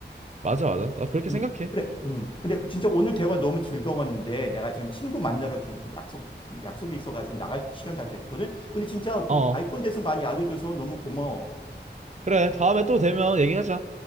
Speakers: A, on the right; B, on the left.
A: 맞아 맞아. 나 그렇게
B: 음,
A: 생각해.
B: 그래. 음. 근데 진짜 오늘 대화 너무 즐거웠는데, 내가 지금 친구 만나러 좀 약속, 좀 약속이 있어가지고 나갈 시간 다 됐거든? 근데 진짜 그
A: 어
B: 아이폰 대해서 많이 알려줘서 너무 고마워.
A: 그래 다음에 또 되면 얘기하자.